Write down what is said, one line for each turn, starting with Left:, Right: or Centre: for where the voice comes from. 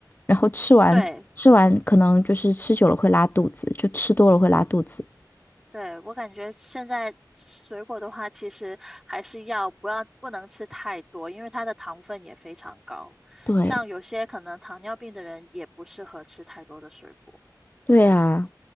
Left: 然后吃完吃完，
Centre: 对。
Left: 可能就是吃久了会拉肚子，就吃多了会拉肚子。
Centre: 对，我感觉现在水果的话，其实还是要不要不能吃太多，因为它的糖分也非常高。
Left: 对
Centre: 像有些可能糖尿病的人也不适合吃太多的水果。
Left: 对啊，